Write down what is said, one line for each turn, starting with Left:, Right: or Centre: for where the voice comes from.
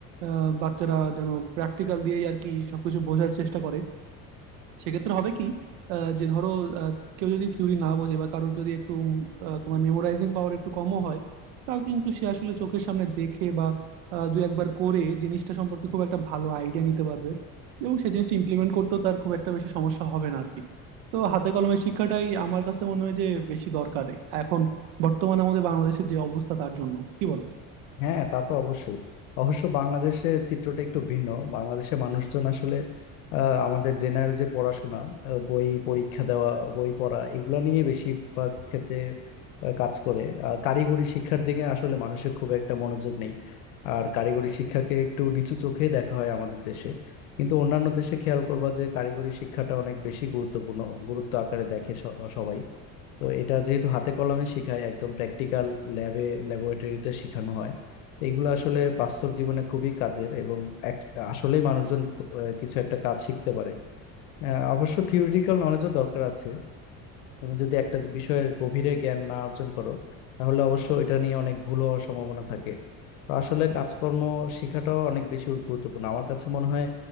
Right: আহ, বাচ্চারা যেন প্র্যাকটিক্যাল দিয়েই আর কি সবকিছু বোঝার চেষ্টা করে সেক্ষেত্রে হবে কি আহ, যে ধরো আহ, কেউ যদি থিওরি না বোঝে বা কারোর যদি একটু উম, আহ, তোমার মেমোরাইজিং পাওয়ার একটু কমও হয় তাও কিন্তু সে আসলে চোখের সামনে দেখে বা আহ, দুই একবার করে জিনিসটা সম্পর্কে খুব একটা ভালো আইডিয়া নিতে পারবে এবং সেই জিনিসটা ইমপ্লিমেন্ট করতেও তার খুব একটা বেশি সমস্যা হবে না আর কি তো হাতে কলমের শিক্ষাটাই আমার কাছে মনে হয় যে বেশি দরকার এখন বর্তমানে আমাদের বাংলাদেশের যে অবস্থা তার জন্য কি বলো
Left: হ্যাঁ তা তো অবশ্যই অবশ্য বাংলাদেশে চিত্রটা একটু ভিন্ন বাংলাদেশে মানুষজন আসলে আহ, আমাদের জেনারেল যে পড়াশোনা আহ, বই পরীক্ষা দেওয়া বই পড়া এগুলো নিয়ে বেশিরভাগ ক্ষেত্রে আহ, কাজ করে আর কারিগরি শিক্ষার দিকে আসলে মানুষের খুব একটা মনোযোগ নেই আর কারিগরি শিক্ষাকে একটু নিচু চোখে দেখা হয় আমাদের দেশে কিন্তু অন্যান্য দেশে খেয়াল করবা যে কারিগরি শিক্ষাটা অনেক বেশি গুরুত্বপূর্ণ গুরুত্ব আকারে দেখে স- সবাই তো এটা যেহেতু হাতে কলমে শেখায় একদম প্র্যাকটিক্যাল ল্যাবে ল্যাবরেটরিতে শেখানো হয় তো এগুলো আসলে বাস্তব জীবনে খুবই কাজের এবং এক- আসলেই মানুষজন খু- আহ, কিছু একটা কাজ শিখতে পারে আহ, অবশ্য থিওরিটিক্যাল নলেজও দরকার আছে তুমি যদি একটা বিষয়ের গভীরে জ্ঞান না অর্জন করো তাহলে অবশ্য এটা নিয়ে অনেক ভুল হওয়ার সম্ভাবনা থাকে তো আসলে কাজকর্ম শেখাটাও অনেক বেশি গুরুত্বপূর্ণ আমার কাছে মনে হয়